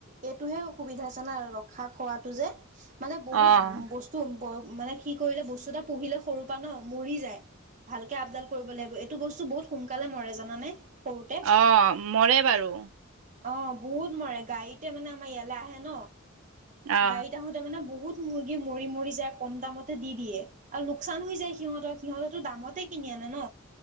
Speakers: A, on the right; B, on the right.
A: এইটোহে অসুবিধা‌ জানা আৰু ৰখা খোৱাতটো যে, মানে বহুত
B: অ'
A: বস্তু মানে কি কৰিলে, বস্তু এটা পুহিলে সৰু পৰা ন মৰি যায় ভালকে আপডাল কৰিব লাগিব, এইটো বস্তু বহুত সোনকালে মৰে জানানে সৰুতে
B: অহ', মৰে বাৰু
A: অহ', বহুত মৰে, গাড়ীতে মানে আমাৰ ইয়ালৈ আহে ন,
B: অ
A: গাড়ীত আহোতে মানে বহুত মুৰ্গী মৰি মৰি যায়, কম দামতে দি দিয়ে আৰু লোকচান হৈ যায় সিহঁতক সিহঁতেটো দামতে কিনি আনে আনে ন,